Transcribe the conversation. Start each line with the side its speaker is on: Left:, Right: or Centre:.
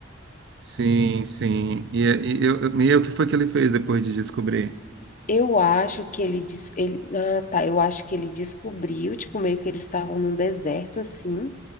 Right: sim, sim. E, e, eu, e eu- e o que foi que ele fez depois de descobrir?
Left: Eu acho que ele, des- ele, ah, tá, eu acho que ele descobriu, tipo, meio que eles estavam num deserto assim.